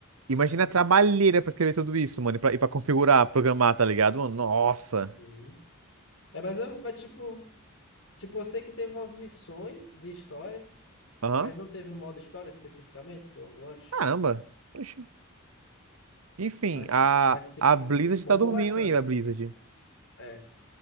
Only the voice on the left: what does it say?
Uhum,
uhum. É, mas, eu, mas tipo, tipo, eu sei que teve umas missões de história,
mas não teve um modo história especificamente do Overwatch.
Mas,
mas tipo,
bombou
bastante,
assim.
É.